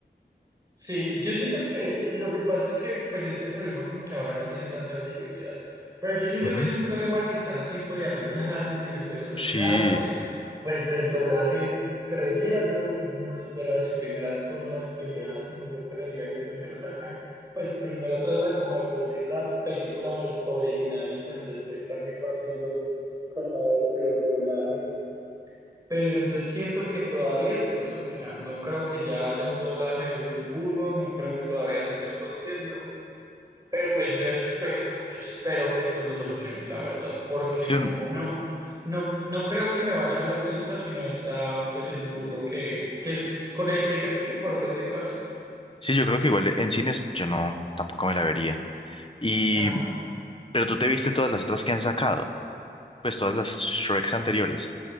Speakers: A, on the right; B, on the left.
A: Sí, yo siento que lo que pasa es que pues este problema como que ahora no tiene tanta visibilidad, pero yo siento
B: Ujú.
A: que es un problema que están a tiempo de arreglar, que se puede solucionar,
B: Sí,
A: porque pues el doblaje creería yo que no es de las primeras cosas que se hacen, yo creería que primero sacan, pues primero tratan como de producir la película or- original y pues después también van viendo como los doblajes. Pero entonces siento que todavía se puede solucionar. No creo que ya haya un doblaje de burro, no creo que todavía se esté produciendo. Pero pues yo espero, yo espero que esto lo solucione, la verdad, porque
B: sí,
A: no,
B: un-
A: no, no, no creo que me vaya a ver la película, sino está pues el burro que, que con el que crecí, por decirlo así.
B: sí, yo creo que igual en cines yo no, tampoco me la vería. Y,
A: Ajá.
B: pero tú te viste todas las otras que han sacado, pues todas las Shreks anteriores.